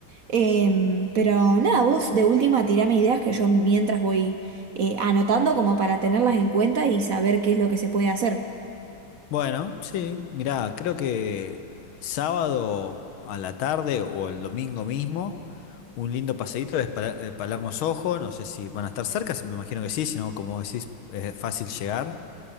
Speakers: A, on the right; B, on the left.
A: Em, pero nada, vos de última tirame ideas que yo mientras voy eh, anotando como para tenerlas en cuenta y saber qué es lo que se puede hacer.
B: Bueno, sí, mirá, creo que sábado a la tarde o el domingo mismo, un lindo paseíto es Pala- eh, Palermo Sojo, no sé si van a estar cerca, si- me imagino que sí, si no, como decís, es fácil llegar.